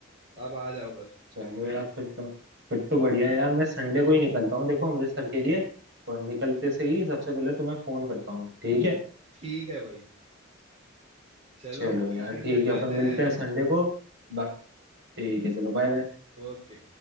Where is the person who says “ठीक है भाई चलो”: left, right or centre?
Right